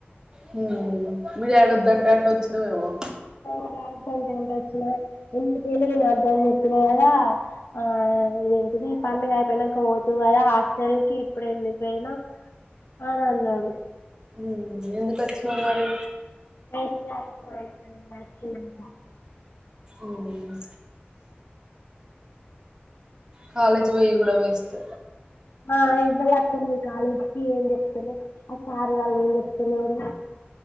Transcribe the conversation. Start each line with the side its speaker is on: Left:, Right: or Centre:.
Right: హ్మ్ మీ డాడీ వద్దంటంటే వచ్చినవేమో
Left: మా డాడీ వద్దంటటే వచ్చిన ఎందుకుపోనా నేను వద్ద అని చెప్పిన కదా ఆ ఇగ ది పండుగ అయిపోయినంక పోతువు కదా హాస్టల్ కి ఇప్పుడే ఎందుకు పోయినవ్ అనన్నాడు
Right: ఉమ్ మ్ ఎందుకు వచ్చినవ్ మరి
Left: <unintelligible>
Right: ఉమ్ కాలేజీ పోయ్యి కూడా వెస్ట్
Left: ఆ ఎవ్వళ్లత్తలేదు కాలేజీకి ఏం చెప్తాలే ఆ సార్ గాళ్ళు ఏం చెప్తలేడు